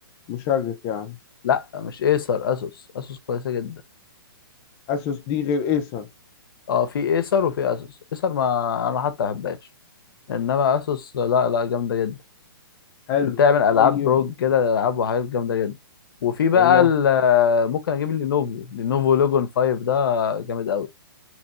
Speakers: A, on the left; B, on the left.
A: مشرف يعني
B: لا مش ايسر اسوس اسوس كويسه جدا
A: اسوس دي غير ايسر
B: اه في ايسر وفي اسوس ايسر ما انا حتى ما بحبهاش انما اسوس لا لا جامده جدا
A: حلو
B: بتعمل العاب
A: طيب
B: روج كده العاب وحاجات جامده جدا وفي
A: والله
B: بقى ال- ممكن اجيب لينوفو لينوفو لوجون 5 ده جامد قوي